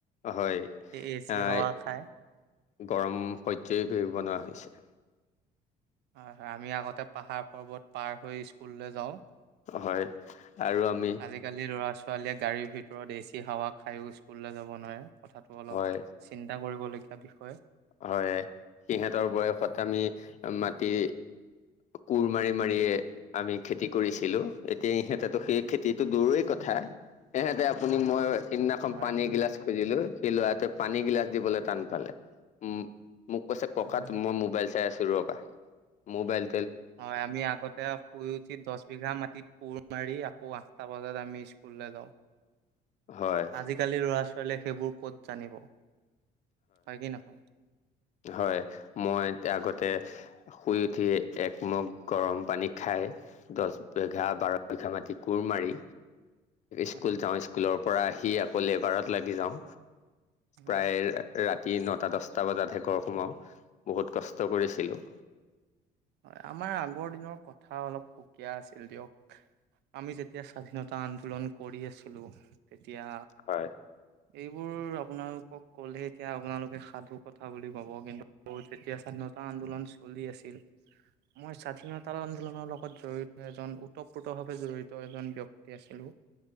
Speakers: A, on the left (about 45°); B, on the right (about 80°).
A: হয়
B: এই এ চি
A: আহ
B: হাৱা খায়
A: গৰম পৰ্যায় বনোৱা হৈছে
B: হয় হয় আমি আগতে পাহাৰ পৰ্বত পাৰ হৈ স্কুললৈ যাওঁ
A: হয় আৰু আমি
B: আজিকালি লৰা ছোৱালীয়ে গাড়ীৰ ভিতৰত এচি হাৱা খায়ো স্কুললৈ যাব নোৱাৰে কথাটো অলপ
A: হয়
B: চিন্তা কৰিবলগীয়া বিষয়
A: হয় সিহঁতৰ বয়সত আমি মাটি কোৰ মাৰি মাৰিয়ে আমি খেতি কৰিছিলো এতিয়া ইহঁতেটো সেই খেতিতটো দূৰ কথা হেহেতে আপুনি মই সিদিনাখন
B: হয়
A: পানী এগিলাচ খুজিলো সেই লোৱাতে পানী গিলাচ দিবলৈ টান পালে উম। মোক কৈছে ককা
B: হয়।
A: মই মোবাইল চাই আছো ৰবা মোবাইল
B: হয় আমি আগতে শুই উঠি দছ বিঘা মাটিত কোৰ মাৰি আকৌ আঠটা বজাত আমি স্কুল সুললা গাঁও
A: হয়
B: আজিকালি লৰা ছোৱালীয়ে সেইবোৰ কত জানিব, হয় কি নহয়?
A: হয় মই আগতে শুই উঠি একমগ গৰম পানী খাই, দহ বিঘা বাৰ বিঘা মাটি কোৰ মাৰি
B: হয়
A: স্কুল
B: হয়
A: যাওঁ স্কুলৰ পৰা আহি আকৌ লেবাৰত লাগি যাওঁ
B: হয়।
A: প্ৰায় ৰাতি নটা দশটা বজাতহে ঘৰ সোমাও বহুত কষ্ট কৰিছিলোঁ।
B: হয় আমাৰ আগৰ দিনৰ কথা অলপ সুকীয়া আছিল দিয়ক আমি যেতিয়া স্বাধীনতা আন্দোলন কৰি আছিলোঁ। এতিয়া
A: হয়
B: এইবোৰ আপোনালোকক কলে এতিয়া আপোনালোকে সাধু কথা বুলি কব কিন্তু যেতিয়া সাধত তা আন্দোলন চলি আছিল মই স্বাধীনতা আন্দোলনৰ লগত জড়িত এজন ওতঃপ্ৰোতভাৱে জড়িত এজন ব্যক্তি আছিলোঁ।